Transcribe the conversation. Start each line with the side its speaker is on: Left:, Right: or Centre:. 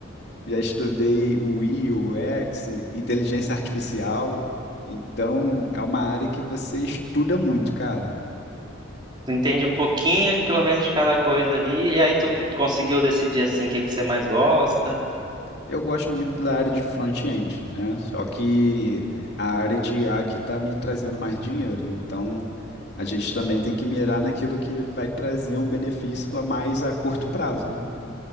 Left: já estudei o I, o UX, inteligência artificial. Então, é uma área que você estuda muito, cara.
Right: Tu entende um pouquinho de pelo menos de cada coisa ali, e aí tu co- conseguiu decidir assim o que que você mais gosta.
Left: Eu gosto muito da área de front-end, né? Só que a área de I a que está me trazendo mais dinheiro. Então, a gente também tem que mirar naquilo que vai trazer um benefício a mais a curto prazo, né?